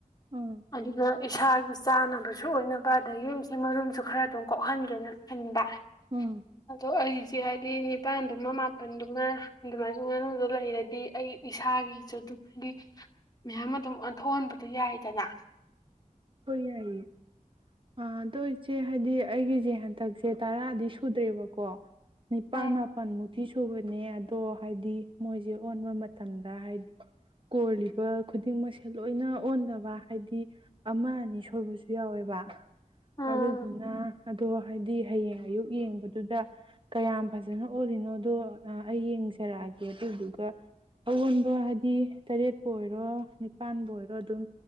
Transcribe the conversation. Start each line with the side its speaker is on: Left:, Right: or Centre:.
Right: ꯎꯝ
Left: ꯑꯗꯨꯒ ꯏꯁꯥ ꯆꯥꯅꯕꯁꯨ ꯑꯣꯏꯅꯕ ꯑꯗꯒꯤꯁꯦ ꯃꯔꯨꯝꯁꯨ ꯈꯔ ꯑꯗꯨꯝ ꯀꯣꯛꯍꯟꯒꯦꯅ ꯈꯟꯕ
Right: ꯎꯝ
Left: ꯑꯗꯣ ꯑꯩꯖꯦ ꯍꯥꯏꯗꯤ ꯅꯤꯄꯥꯟꯗꯨꯃ ꯃꯥꯄꯜꯗꯨꯃ ꯑꯗꯨꯃꯥꯏꯅ ꯉꯅꯨꯗꯣ ꯂꯩꯔꯗꯤ ꯑꯩ ꯏꯁꯥꯒꯤꯁꯨ ꯑꯗꯨꯝ ꯍꯥꯏꯗꯤ ꯃꯌꯥꯝ ꯑꯗꯨꯝ ꯑꯣꯟꯊꯣꯛꯍꯟꯕꯗꯣ ꯌꯥꯏꯗꯅ
Right: ꯍꯣꯏ ꯌꯥꯏꯌꯦ ꯑꯗꯣ ꯏꯆꯦ ꯍꯥꯏꯗꯤ ꯑꯩꯒꯤꯁꯦ ꯍꯟꯗꯛꯁꯦ ꯇꯔꯥꯗꯤ ꯁꯨꯗ꯭ꯔꯦꯕꯀꯣ ꯅꯤꯄꯥꯜ
Left: ꯎꯝ
Right: ꯃꯥꯄꯜ ꯃꯨꯛꯇꯤ ꯁꯨꯕꯅꯦ ꯑꯗꯣ ꯍꯥꯏꯗꯤ ꯃꯣꯏꯁꯦ ꯑꯣꯟꯕ ꯃꯇꯝꯗ ꯍꯥꯏꯗꯤ ꯀꯣꯜꯂꯤꯕ ꯈꯨꯗꯤꯡꯃꯛꯁꯦ ꯂꯣꯏꯅ ꯑꯣꯟꯗꯕ ꯍꯥꯏꯗꯤ ꯑꯃ ꯑꯅꯤ ꯁꯣꯏꯕꯁꯨ ꯌꯥꯎꯋꯦꯕ
Left: ꯑꯥ
Right: ꯑꯗꯨꯗꯨꯅ ꯑꯗꯣ ꯍꯥꯏꯗꯤ ꯍꯌꯦꯡ ꯑꯌꯨꯛ ꯌꯦꯡꯕꯗ ꯑꯗꯨꯗ ꯀꯌꯥꯝ ꯐꯖꯅ ꯑꯣꯜꯂꯤꯅꯣꯗꯣ ꯑꯩ ꯌꯦꯡꯖꯔꯛꯑꯒꯦ ꯑꯗꯨꯗꯨꯒ ꯑꯑꯣꯟꯕ ꯍꯥꯏꯗꯤ ꯇꯔꯦꯠꯄꯨ ꯑꯣꯏꯔꯣ ꯅꯤꯄꯥꯥꯟꯕꯨ ꯑꯣꯏꯔꯣ ꯑꯗꯨꯝ